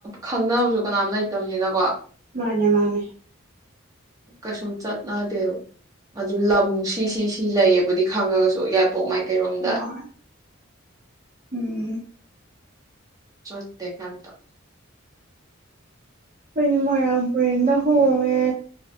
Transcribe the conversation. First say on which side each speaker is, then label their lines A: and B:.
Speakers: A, on the right; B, on the right.
A: ꯈꯪꯅꯕꯁꯨ ꯀꯅꯥꯝ ꯂꯩꯇꯕꯅꯤꯅꯀꯣ
B: ꯃꯥꯅꯦ ꯃꯥꯅꯦ
A: ꯀꯩꯁꯨꯝ ꯆꯠꯅꯗꯦꯕ ꯑꯗꯨ ꯂꯝ ꯁꯤ ꯁꯤ ꯁꯤ ꯂꯩꯌꯦꯕꯨꯗꯤ ꯈꯪꯉꯒꯁꯨ ꯄꯣꯛ ꯃꯥꯏꯀꯩꯔꯣꯝꯗ
B: ꯍꯣꯏ ꯎꯝ
A: ꯆꯠꯇꯦ ꯀꯩꯝꯇ
B: ꯈꯣꯏ ꯃꯣꯏꯔꯥꯡꯄꯨꯔꯦꯟꯗ ꯍꯣꯡꯉꯦ